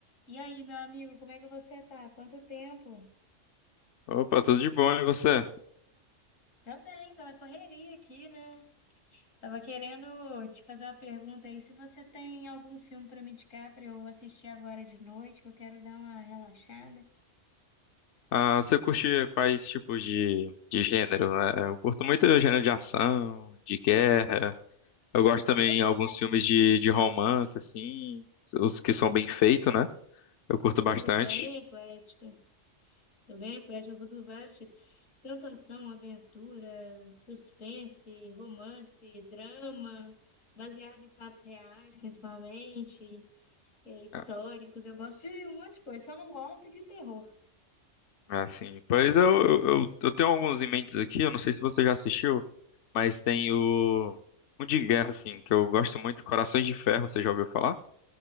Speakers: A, on the left; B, on the left.
A: E aí, meu amigo, como é que você tá? Quanto tempo?
B: Opa, tudo de bom, e você?
A: Também, tô na correria aqui, né? Tava querendo te fazer uma pergunta aí, se você tem algum filme pra me indicar pra eu assistir agora de noite, que eu quero dar uma relaxada.
B: Ah, você curte quais tipos de, de gênero, né? Eu curto muito o gênero de ação, de guerra. Eu gosto também
A: Eu também,
B: de alguns filmes de, de romance, assim, os que são bem feitos, né? Eu curto bastante.
A: eu sou bem eclética, sou bem eclética, eu curto vários tipos. Tanto ação, aventura, suspense, romance, drama, baseado em fatos reais, principalmente, eh, históricos.
B: Ah,
A: Eu gosto de um monte de coisa, só não gosto de terror.
B: Assim, pois eu, eu, eu eu tenho alguns em mentes aqui, eu não sei se você já assistiu, mas tem o um de guerra, assim, que eu gosto muito, Corações de Ferro, você já ouviu falar?